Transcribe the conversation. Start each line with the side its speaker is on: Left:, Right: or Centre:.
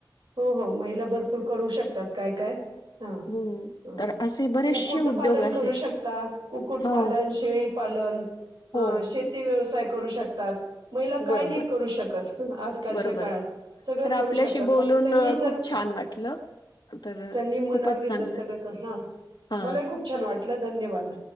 Right: हो हो महिला भरपूर करू शकतात. काय काय ह
Left: हम्म तर असे बरेचसे
Right: कुक्कुट
Left: उद्योग
Right: पालन
Left: आहेत
Right: करू शकता कुक्कुट
Left: हो
Right: पालन, शेळीपालन,
Left: हो
Right: शेती व्यवसाय करू शकतात. महिला काय
Left: बरोबर
Right: नाही करू शकत आज कालच्या
Left: बरोबर
Right: काळात सगळं
Left: तर आपल्याशी
Right: करू शकतात.
Left: बोलून
Right: फक्त त्यांनी
Left: अ,
Right: जर
Left: खूप छान वाटलं तर
Right: त्यांनी मनावर
Left: खूपच
Right: घेतलं
Left: चांगलं
Right: सगळं कर हा
Left: हा
Right: मलाही खूप छान वाटलं धन्यवाद